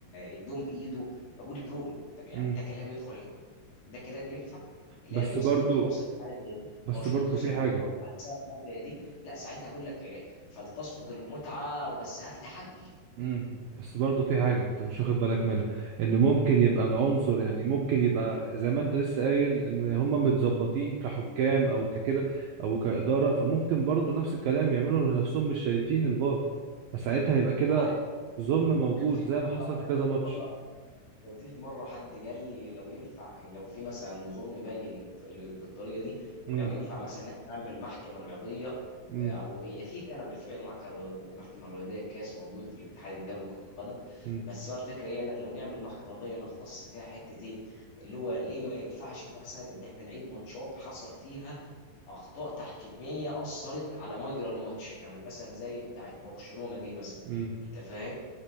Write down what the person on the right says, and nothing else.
امم
بس
برضو
بس
برضو
في حاجه
امم بس برضه في حاجة انت مش واخد بالك منها ان ممكن يبقى العنصر يعني ممكن يبقى زي ما انت لسه قايل ان هم متظبطين كحكام او ككده او كإدارة فممكن برضه نفس الكلام يعملوا نفسهم مش شايفين الفار فساعتها يبقى كده
ظلم موجود
زي ما حصل
في كذا
ماتش
امم
امم
امم
امم